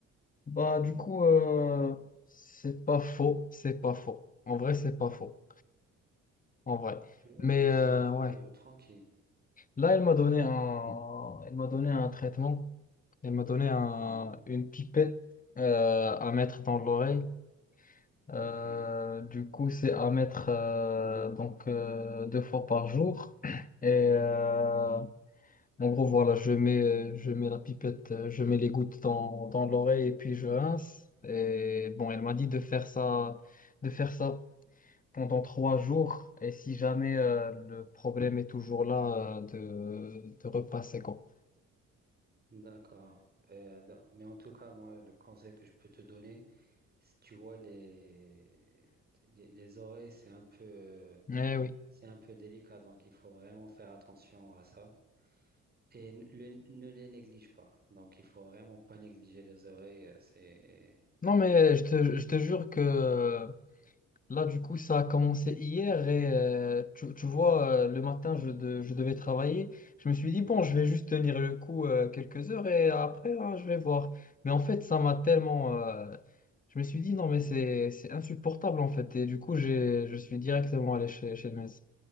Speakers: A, on the left; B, on the right.
A: Bah, du coup, euh, c'est pas faux, c'est pas faux. En vrai, c'est pas faux, en vrai.
B: Tu vois,
A: Mais
B: donc
A: euh,
B: c'est un peu
A: ouais,
B: euh, tranquille.
A: là, elle m'a donné un, elle m'a donné un traitement, elle m'a donné un,
B: Ouais,
A: une pipette euh, à mettre dans l'oreille. Euh,
B: ok.
A: du coup, c'est à mettre euh, donc euh, deux fois par jour. Et euh, en gros, voilà, je mets, je mets la pipette, euh, je mets les gouttes dans, dans l'oreille et puis je rince. Et bon, elle m'a dit de faire ça, de faire ça pendant trois jours. Et si jamais euh, le problème est toujours là, euh, de, de repasser quoi.
B: D'accord. Euh, non, mais en tout cas, moi, le conseil que je peux te donner, si tu vois les, les, les oreilles, c'est un peu, euh,
A: Eh oui.
B: c'est un peu délicat, donc il faut vraiment faire attention à ça. Et n- le- ne les néglige pas. Donc il faut vraiment pas négliger les oreilles. euh, C'est,
A: Non, mais je te, je te jure que Là, du coup, ça a commencé hier et euh, tu, tu vois, euh, le matin, je, de- je devais travailler. Je me suis dit, bon,
B: ouais,
A: je vais juste tenir le coup euh, quelques heures et après, hein, je vais voir. Mais en fait, ça m'a tellement... euh, je me suis dit, non, mais c'est, c'est insupportable, en fait. Et du coup, j'ai, je suis directement allé chez, chez le médecin.